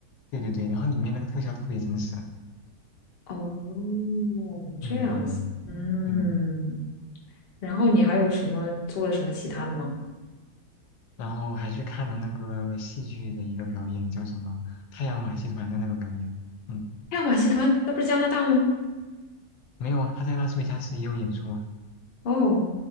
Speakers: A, on the left (about 85°); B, on the left (about 50°).
A: 对对对，然后里面那个特效特别真实啊，
B: 哦，
A: 嗯，
B: 这样子，嗯，
A: 对对对。
B: 然后你还有什么做了什么其他的吗？
A: 然后还去看了那个戏剧的一个表演，叫什么太阳马戏团的那个表演。嗯，
B: 还有马戏团，那不是加拿大的吗？
A: 没有啊，他在拉斯维加斯也有演出啊。
B: 哦，